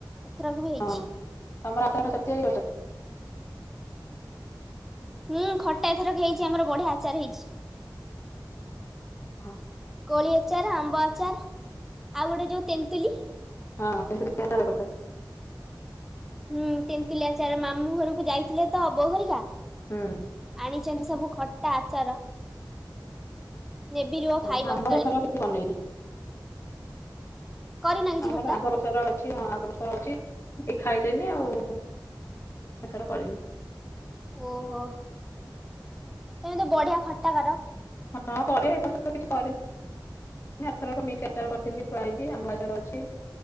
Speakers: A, in the centre; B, on the left.
A: ଏଥରକ ବି ହେଇଛି
B: ହଁ ତମ <unintelligible>
A: ହୁଁ ଖଟା ଏଥରକ ହେଇଚି ଆମର ବଢିଆ ଆଚାର ହେଇଚି।
B: ହଁ।
A: କୋଳି ଆଚାର ଆମ୍ବ ଆଚାର ଆଉ ଗୋଟେ ଯୋଉ ତେନ୍ତୁଲି।
B: ହଁ ତେନ୍ତୁଲି କେତୋଳେ କରୁଚ?
A: ହୁଁ ତେନ୍ତୁଲିଆଚାର ମାମୁଁ ଘରକୁ ଯାଇଥିଲେ ତ ବୋଉ ହେରିକା।
B: ହୁଁ
A: ଆଣିଚନ୍ତି ସବୁ ଖଟା ଆଚାର। ନେବି ରୁହ ଖାଇବ
B: ଓ ଆମର
A: କେତେବେଳେ
B: ଏଥର କିଛି ବନେଇନି।
A: କରିନା କିଛି
B: ଆମର
A: ଖଟା
B: ଆଗ ବର୍ଷ୍ ଆଗ ବର୍ଷର ଅଛି, ହଁ ଆଗ ବର୍ଷର ଅଛି, ଏ‌ ଖାଇଲେନି ଆଉ, ଏଥର କରିନି।
A: ଓହୋ, ତମେତ ବଢିଆ ଖଟାକର?
B: ହଁ କରେ, ଏ‌ ବର୍ଷ ତ କିଛି କରିନି। ନାଇଁ ଆରଥରକ ମିକ୍ସ୍ଆଚାର କରିଥିଲି ଥୁଆ ହେଇଚି, ଆମ୍ବଆଚାର ଅଛି,